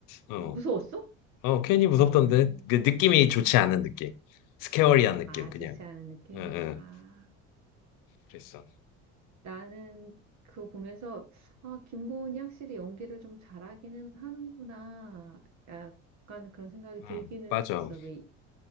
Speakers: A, on the left (about 70°); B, on the right (about 55°).
A: 어.
B: 무서웠어?
A: 어, 괜히
B: 어,
A: 무섭던데. 그 느낌이 좋지 않은 느낌. 스케어리한 느낌,
B: 아,
A: 그냥.
B: 좋지 않은 느낌?
A: 응, 응.
B: 아,
A: 그랬어.
B: 나는 그거 보면서 아, 김고은이 확실히 연기를 좀 잘하기는 하는구나. 약간 그런 생각이 들기는
A: 응, 맞아.
B: 했었어. 왜